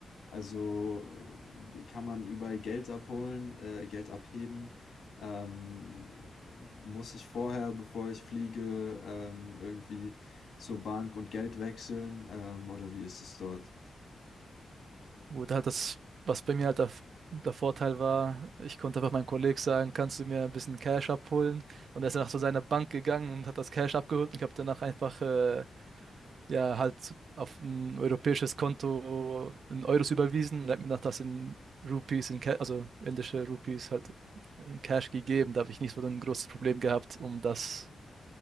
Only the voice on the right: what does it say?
Gut, halt das, was bei mir halt der, der Vorteil war, ich konnte einfach meinem Kollegen sagen, kannst du mir ein bisschen Cash abholen? Und er ist danach zu seiner Bank gegangen und hat das Cash abgeholt. Und ich habe danach einfach, äh, ja, halt auf ein europäisches Konto in Euros überwiesen und hat mir danach das in Rupees, in Ca- also indische Rupees halt in Cash gegeben. Da habe ich nicht so ein großes Problem gehabt, um das